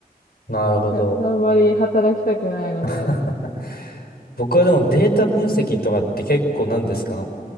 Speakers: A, on the left; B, on the left.
A: なるほど。
B: いや、あんまり働きたくないので。
A: <laughs> 僕はでもデータ分析とかって結構何ですか